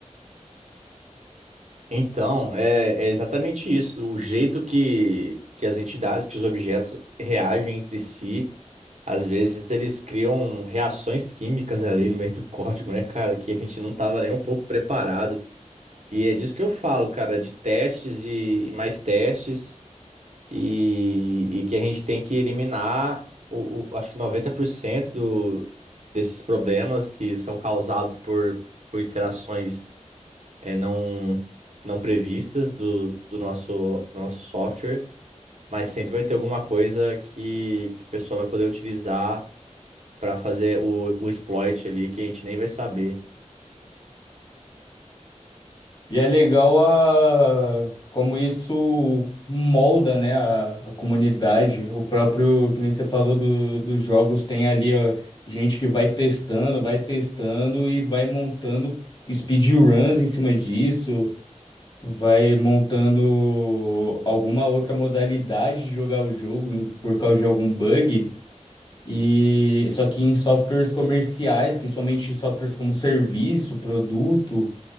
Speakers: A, on the right; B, on the left.
A: Então, é, é exatamente isso. O jeito que, que as entidades, que os objetos reagem entre si. Às vezes eles criam reações químicas ali no meio do código, né, cara? Que a gente não tava nem um pouco preparado. E é disso que eu falo, cara, de testes e e mais testes, e, e que a gente tem que eliminar, o, o- acho que 90% do, desses problemas que são causados por, por interações é, não, não previstas do, do nosso, do nosso software, mas sempre vai ter alguma coisa que, que o pessoal vai poder utilizar para fazer o, o exploit ali que a gente nem vai saber.
B: E é legal a como isso molda, né, a, a comunidade. O próprio, que nem você falou do, dos jogos, tem ali ó, gente que vai testando, vai testando e vai montando speedruns em cima disso. Vai montando alguma outra modalidade de jogar o jogo por causa de algum bug. E só que em softwares comerciais, principalmente softwares como serviço, produto,